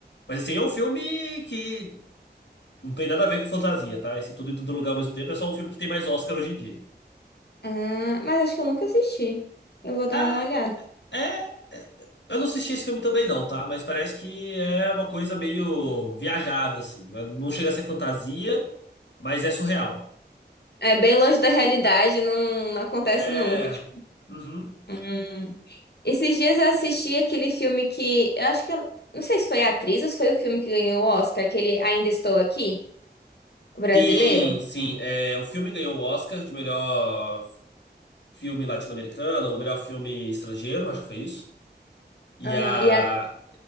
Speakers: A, on the left; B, on the left.
A: Mas assim, é um filme que não tem nada a ver com fantasia, tá? Esse Tudo em Todo Lugar ao mesmo tempo é só um filme que tem mais Oscar hoje em dia.
B: Ah, mas acho que eu nunca assisti. Eu vou
A: Ah,
B: dar uma olhada.
A: É, é, eu não assisti esse filme também não, tá? Mas parece que é uma coisa meio viajada, assim. Não chega a ser fantasia, mas é surreal.
B: É bem longe da realidade, não, não acontece
A: É.
B: nunca. tipo.
A: uhum.
B: Hum. Esses dias eu assisti aquele filme que. Eu acho que. ela- Não sei se foi a atriz ou se foi o filme que ganhou o Oscar, aquele Ainda Estou Aqui, o brasileiro.
A: Sim, sim. É, o filme ganhou o Oscar de melhor filme latino-americano, ou melhor filme estrangeiro, acho que foi isso. E
B: Aham,
A: a,
B: E a...